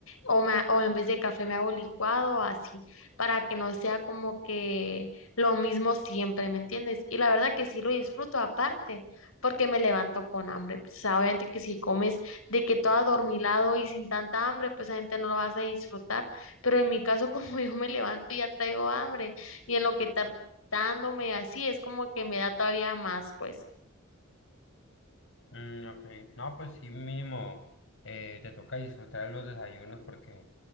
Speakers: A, on the left; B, on the left.
A: o, me, ha- o en vez de café me hago licuado o así, para que no sea como que lo mismo siempre, ¿me entiendes? Y la verdad que sí lo disfruto aparte, porque me levanto con hambre, pues, o sea, obviamente que si comes de que todo adormilado y sin tanta hambre, pues obviamente no lo vas a disfrutar, pero en mi caso <laughs> como yo me levanto y ya traigo hambre y en lo que tarda dándome así, es como que me da todavía más, pues.
B: Mm, ok. No, pues sí, mínimo eh, te toca disfrutar de los desayunos porque,